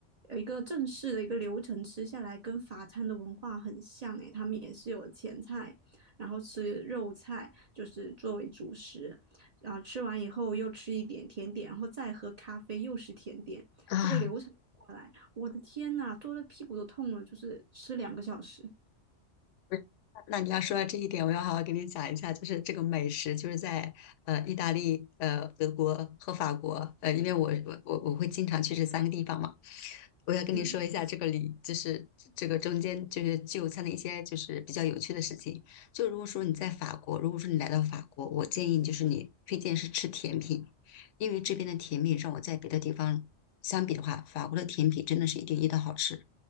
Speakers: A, on the right; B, on the left.
A: 有一个正式的一个流程吃下来，跟法餐的文化很像。诶，他们也是有前菜，然后吃肉菜，就是作为主食，然后吃完以后又吃一点甜点，然后再喝咖啡，又是甜点。
B: 啊，
A: 这个流程下来，我的天呐，坐的屁股都痛了，就是吃两个小时。
B: 不是那你要说到这一点，我要好好给你讲一下，就是这个美食，就是在呃意大利、呃德国和法国，呃，因为我我我我会经常去这三个地方嘛，我要跟你说一下这个里，
A: 嗯
B: 就是这个中间就是就餐的一些就是比较有趣的事情。就如果说你在法国，如果说你来到法国，我建议就是你推荐是吃甜品，因为这边的甜品让我在别的地方相比的话，法国的甜品真的是一点一的好吃。